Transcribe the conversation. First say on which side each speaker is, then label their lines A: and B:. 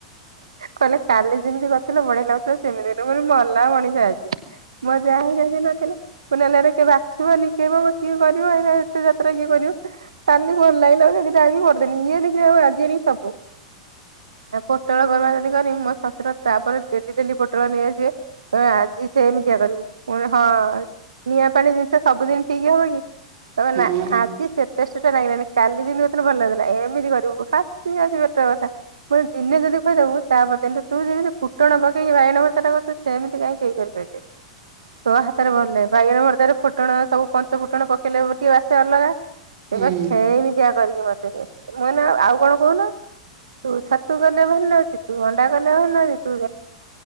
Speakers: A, on the right; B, on the right.
A: କହିଲେ କାଲି ଯେମିତି କଥିଲ ମଣି ଲ କଥିଲା ସେମିତି କ ମ ମଲା ମଣିଷା ଆଜି। ମୋ ଯା ଘାରିକ କେହି ନଥିଲେ। ମ ନେଲେ କେବେ ବାଛିବନି କେବ ସଏ କରିବ ହେ ଏତେ ଯାତ୍ରା କିଏ କରିବ। ତାଲି ଲାଗିଲା ସେଥି ଆଗିକି କରିଦେଲି ଇଏ ଦେଖିଲା ବେଲକୁ ଆଜି ସବୁ। ପୋଟଳ ଗରମା ଯିନି ମୋ ଶଶୁର ତାପରେ ଡେଲି ଡେଲି ପୋଟଳ ନେଇଆସିବେ। କଣ ଆଜି ସେ ଏମିତିଆ କରିବୁ ହଁ ନିଆଁ ପାଣି ଜିନିଷ ସବୁଦିନ ଠିକ ହବ କି। ତମ
B: ହଁ
A: ନା ଆଜି ସେ ଟେଷ୍ଟ ଟା ଲାଗିଲଣିି କାଲି ଯେମିତି କତେ ଭଲ ଲାଗଥିଲା ଏମିତି କରିବୁ ହ। ବେଟ କଥା ମୁ ଦଇନେ ଯଦି ପ କହିେଇଦବୁ ତାପଦନ୍ତୁ ତୁ ଯେମିତି ଫୁଟଣ ପକେଇକିାଇଣ ଭର୍ତାଟା କରୁ ସେମିତି କାଇହିଁ କେହି କରିପାରିବେନି।
B: ହ <inaudible>
A: ତୋ ହାତରେ ଭଲ ବାଇଗଣ ଭର୍ତ୍ତାରେ ଫୁଟଣ ସବୁ ପଞ୍ଚ ଫୁଟଣ ପକେଇଲେ ଟିକେ ଆସେ ଅଲଗା। ସେ
B: ହୁଁ।
A: କ ସେମି ଯଆ କରିକି ମତେ ମ ନା ଆଉ କଣ କହୁନ। ତୁ ଛତୁ ଗଲେ ଭଲ ତୁ ଅଣ୍ଡା କଲେ ଭ ତୁ